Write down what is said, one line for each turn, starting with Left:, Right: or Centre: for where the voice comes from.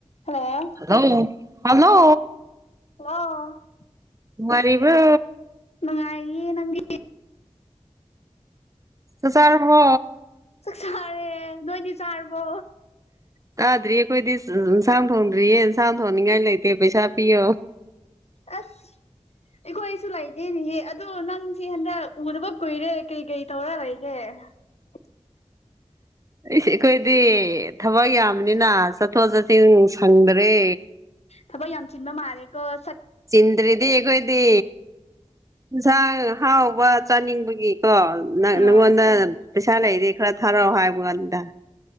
Left: Hello
Right: hello hello
Left: ꯑ
Right: ꯃꯔꯔꯤꯕ꯭ꯔ
Left: ꯅꯨꯡꯉꯥꯏꯥꯏꯌꯦ ꯅꯪꯒꯤ
Right: ꯑꯗꯨ ꯆꯥꯔꯔꯕꯣ
Left: ꯆꯔꯦ ꯅꯣꯏꯗꯤ ꯆꯥꯔꯔꯕꯣ
Right: ꯆꯥꯗ꯭ꯔꯤꯌꯦ ꯑꯩꯈꯣꯏꯗꯤ ꯏꯟꯁꯥꯡ ꯊꯣꯡꯗ꯭ꯔꯤꯌꯦ ꯏꯟꯁꯥꯡ ꯊꯣꯡꯅꯤꯡꯉꯥꯏ ꯂꯩꯇꯦ ꯄꯩꯁꯥ ꯄꯤꯌꯣ
Left: ꯑꯁ ꯑꯩꯈꯣꯏ ꯑꯩꯁꯨ ꯂꯩꯗꯦꯅꯦꯍꯦ ꯑꯗꯨꯗꯣ ꯅꯪꯁꯦ ꯍꯟꯗꯛ ꯎꯗꯕ ꯀꯨꯏꯔꯦ ꯀꯩ ꯀꯩ ꯇꯧꯔ ꯂꯩꯔꯦ <unintelligible>
Right: ꯁ ꯑꯩꯈꯣꯏꯗꯤ ꯊꯕꯛ ꯌꯥꯝꯕꯅꯤꯅ ꯆꯠꯊꯣꯛ ꯆꯠꯁꯤꯟ ꯁꯪꯗꯔꯦ
Left: ꯊꯕꯛ ꯌꯥꯝ ꯆꯤꯟꯕ ꯃꯥꯜꯂꯦꯀ
Right: ꯆꯤꯟꯗ꯭ꯔꯔꯤꯗꯤ ꯑꯩꯈꯣꯏꯗꯤ ꯌꯦꯟꯁꯥꯡ ꯍꯥꯎꯕ ꯆꯥꯅꯤꯡꯕꯒꯤ ꯀꯣ ꯅꯪꯉꯣꯟꯗ
Left: ꯑꯥ
Right: ꯄꯩꯁꯥ ꯂꯩꯗꯤ ꯈꯔ ꯊꯥꯔꯛꯑꯣ ꯍꯥꯏꯕꯣ ꯑꯗꯨꯗ